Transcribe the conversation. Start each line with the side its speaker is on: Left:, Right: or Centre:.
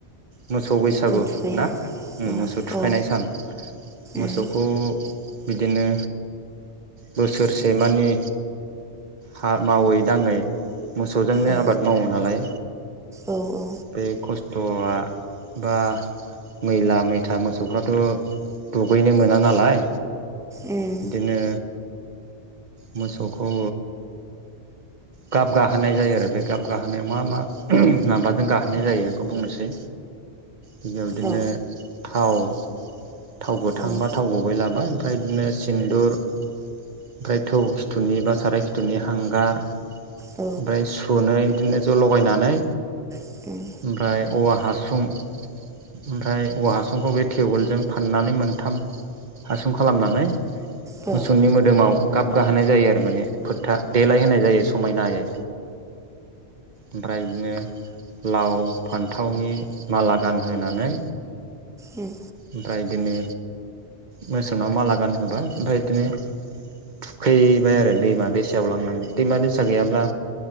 Right: मोसौ बैसागु
Centre: थुखैयो
Right: ना ओम
Centre: औ
Right: मोसौ थुखायनाय
Centre: औ
Right: सान मोसौखौ
Centre: उम
Right: बिदिनो बोसोरसेमानि हा मावै दाङै मोसौजोंनो
Centre: औ
Right: आबाद मावो नालाय
Centre: औ औ
Right: बे ख स्थया बा मैला-मैथा मोसौफ्राथ' दुगैनो मोना नालाय
Centre: उम
Right: बिदिनो मोसौ खौ गाब गाहोनाय जायो आरो बे गाबगाहोनायाव मा मा माबा जों गाहोनाय जायो आंखौ बुंनोसै। गिबियाव बिदिनो
Centre: औ
Right: थाव <inaudible> थाव गोथांबा
Centre: उम
Right: बा थाव गुबै लाबाय ओमफाय बिदिनो सिन्दुर ओमफ्राय थौ खिथु बा साराय खि थुनि हांगार ओमफ्राय
Centre: औ
Right: सुनै बिदिनो ज' लगायनानै
Centre: उम उम
Right: ओमफ्राय औवा हासुं ओमफ्राय औवा हासुंखौ बे टेबोलजों फाननानै मोनथाम हासुं खालामनानै
Centre: औ
Right: मोसौनि मोदोमाव गाब गाहोनाय जा यो माने फोथा देलाय होनाय जायो समायनायै ओमफ्राय बिदिनो लाव फान्थावनि माला गानहोनै
Centre: उम
Right: ओमफ्राय बिदिनो मोसौनाव माला गान होबाय ओमफ्राय बिदिनो थुखै बाय आरो दैमा-दैसायाव लांनानै। दैमा-दैसा गैयाब्ला